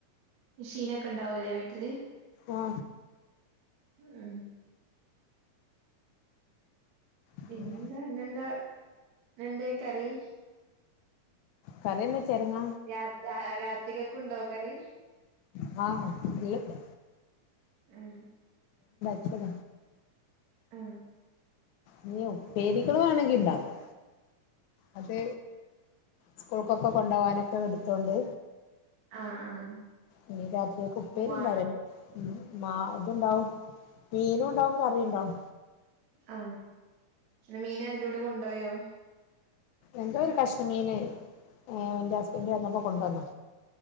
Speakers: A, on the right; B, on the left.
A: മിഷീനൊക്കെ ഇണ്ടാവുംലെ വീട്ടില്
B: ആ
A: മം
B: പിന്നെ
A: പിന്നെന്താ ഇന്നെന്താ എന്തേ കറി
B: കറിയെന്ന ചെരങ്ങ
A: അ രാ ര രാത്രികക്കും ഉണ്ടോ കറി?
B: ഹാ റിണ്ട്.
A: ഹെ
B: ശദം
A: ആ
B: ഞ്ഞി ഉപ്പേരികൾ വേണെങ്കി ഇണ്ടാവുല്ല. അത് സ്കൂൾക്കൊക്കെ കൊണ്ടാ വനൊക്കെ പോകാനൊക്കെ എടുത്തോണ്ട്
A: ആഹ് ആഹ്
B: ഞ്ഞി രാത്രികക്ക് ഉപ്പേരി
A: ഉമ്മാ
B: ഇണ്ടാവൂല മം മാ ഇത്ണ്ടാവും മീനും ഉണ്ടാവും കറിഇണ്ടാവും
A: ആ ഇന്ന് മീന് അതിലൂടെ കൊണ്ടോയോ?
B: എന്തോ ഒരു കഷ്ണമീന് എ ഇന്റെ ഹസ്ബന്റ് വന്നപ്പോ കൊണ്ടുവന്നാ.